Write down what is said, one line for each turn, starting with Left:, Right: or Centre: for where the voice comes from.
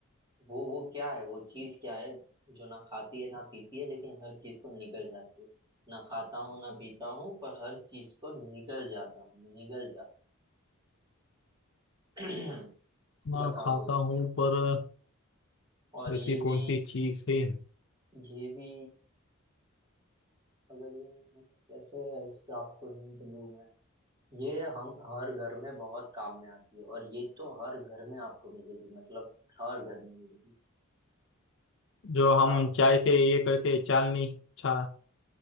Right: वो वो क्या है वो चीज क्या है जो ना खाती है ना पीती है लेकिन हर चीज को निगल जाती है ना खाता हूँ ना पीता हूँ पर हर चीज को निगल जाता हूँ निगल जा <clears throat>
Left: ना
Right: बताओ
Left: खाता
Right: भाई
Left: हूँ पर
Right: और ये
Left: ऐसी कौन
Right: भी
Left: सी चीज है
Right: ये भी अगर ये कैसे है, इसके आपको हिंट दूं मैं ये हम हर घर में बहुत काम में आती है और ये तो हर घर में आपको मिलेगी मतलब हर घर में मिलेगी
Left: जो हम
Right: और आप
Left: चाय से ये करते हैं चालनी चा